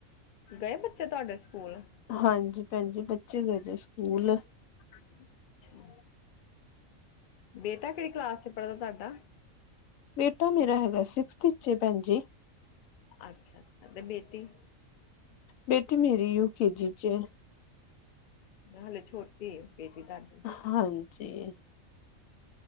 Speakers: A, on the left; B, on the left.
A: ਗਏ ਬੱਚੇ ਤੁਹਾਡੇ ਸਕੂਲ
B: ਹਾਂਜੀ ਪੈਣਜੀ ਬੱਚੇ ਗਦੇ ਦੇ ਸਕੂਲ।
A: ਅੱਛਾ। ਬੇਟਾ ਕਿਹੜੀ ਕਲਾਸ ਚ ਪੜ੍ਹਦਾ ਤੁਹਾਡਾ?
B: ਬੇਟਾ ਮੇਰਾ ਹੈਗਾ ਸਿਕਸਥ ਚ ਏ ਪੈਣ ਜੀ
A: ਅੱਛਾ-ਅੱਛਾ ਤੇ ਬੇਟੀ?
B: ਬੇਟੀ ਮੇਰੀ ਯੂ ਕੇਜੀ ਚ ਏ।
A: ਹੱਲੇ ਛੋਟੀ ਏ ਬੇਟੀ ਤਾਡੀ।
B: ਹਾਂਜੀ